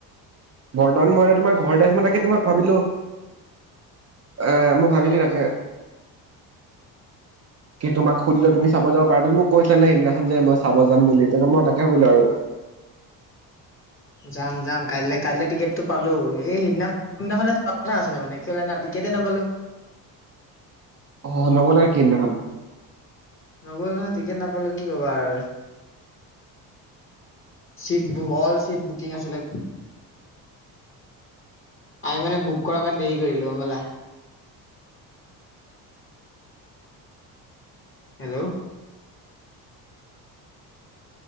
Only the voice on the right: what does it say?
বৰ্তমান মই এনে তোমাৰ ঘৰতে আচো। মই তাকে তোমাক ভাবিলো, এ- মই ভাবিলো তাকে কি। তোমাক সুধী লওঁ তুমি চাব যাব পাৰা, তুমি মোক কৈছিলা ন সেইদিনাখন যে মই চাব যাম বুলি তাকে মই তাকে ভাবিলো আৰু।
অ' নগলা নেকি সেই দিনাখন।